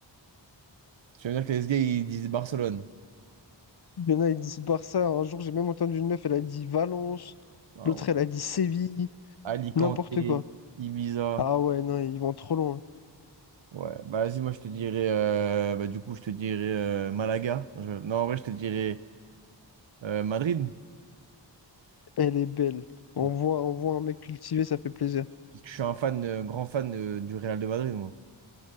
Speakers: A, on the right; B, on the left.
A: Tu veux dire que les gars, ils disent Barcelone.
B: Il y en a, ils disent Barça. Un jour, j'ai même entendu une meuf, elle a dit Valence.
A: Ah
B: L'autre,
A: ouais.
B: elle a dit Séville.
A: Alicante,
B: N'importe quoi.
A: Ibiza.
B: Ah ouais, non, ils vont trop loin.
A: Ouais, bah vas-y, moi je te dirais, euh, bah, du coup, je te dirais euh, Malaga. Je- Non, en vrai, je te dirais euh, Madrid.
B: Elle est belle. On
A: Ok.
B: voit, on voit un mec cultivé, ça fait plaisir.
A: Parce que je suis un fan, euh, grand fan euh, du Real de Madrid, moi.